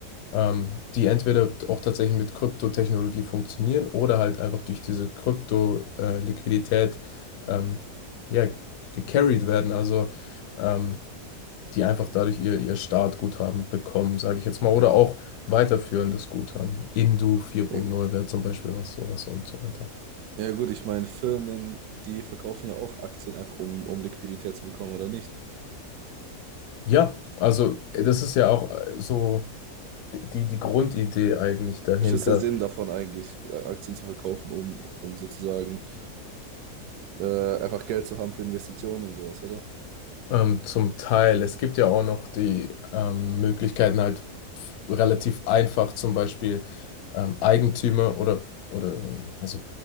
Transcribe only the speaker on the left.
ähm, die entweder auch tatsächlich mit Kryptotechnologie funktionieren oder halt einfach durch diese Krypto-Liquidität ähm, ja, gecarried werden. Also ähm, die einfach dadurch ihr, ihr Startguthaben bekommen, sage ich jetzt mal, oder auch weiterführendes Guthaben. Indu vier Punkt
null wäre zum Beispiel was, sowas und so weiter.
Ja, also das ist ja auch äh, so. die, die Grundidee eigentlich dahinter.
Ähm, zum Teil. Es gibt ja auch noch die ähm, Möglichkeiten, halt relativ einfach zum Beispiel ähm, Eigentümer oder, oder ähm, also